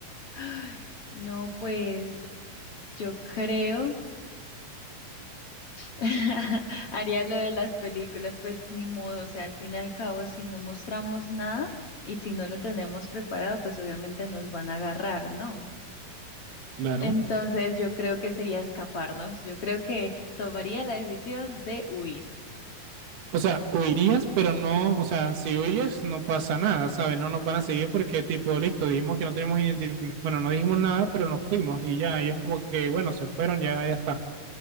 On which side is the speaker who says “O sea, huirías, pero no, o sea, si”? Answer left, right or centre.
Right